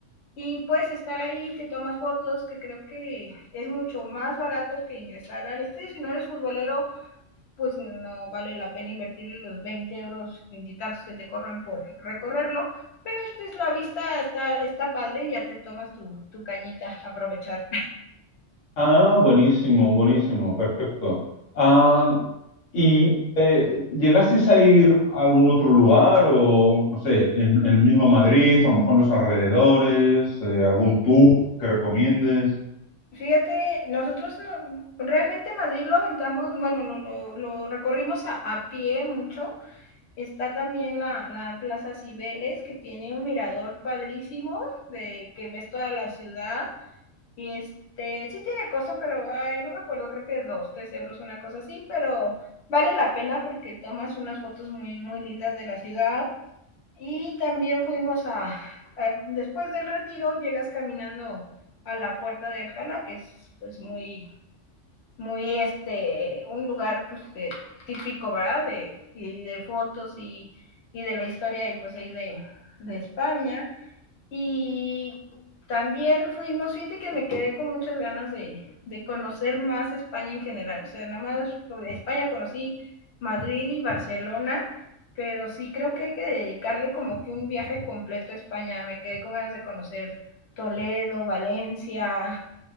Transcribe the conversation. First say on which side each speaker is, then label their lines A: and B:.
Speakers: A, on the left; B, on the left.
A: Y puedes estar ahí, te tomas fotos, que creo que es mucho más barato que ingresar al estadio. Si no eres futbolero, pues no vale la pena invertir los 20 euros, 20 y tantos que te cobran por recorrerlo. Pero esta es la vista, está, está padre y ya te tomas tu, tu cañita, aprovechar.
B: Ah, buenísimo, buenísimo, perfecto. Ah, ¿y eh, llegasteis a ir a algún otro lugar o, no sé, en, en el mismo Madrid o a lo mejor en los alrededores, eh, algún tour que recomiendes?
A: Fíjate, nosotros no, realmente Madrid lo aventamos, bueno, no, lo, lo recorrimos a, a pie mucho Está también la, la Plaza Cibeles, que tiene un mirador padrísimo, de que ves toda la ciudad. Y este, sí tiene costo, pero ay, no me acuerdo, creo que dos, tres euros, una cosa así, pero vale la pena porque tomas unas fotos muy, muy lindas de la ciudad. Y también fuimos a, a- después del retiro, llegas caminando a la Puerta de Alcalá, que es pues muy, muy este, un lugar pues de- típico, ¿verdad? De, y de fotos y, y de la historia y pues ahí de, de España. Y también fuimos, fíjate que me quedé con muchas ganas de, de conocer más España en general. O sea, nada más pues, España conocí Madrid y Barcelona, pero sí creo que hay que dedicarle como que un viaje completo a España. Me quedé con ganas de conocer Toledo, Valencia,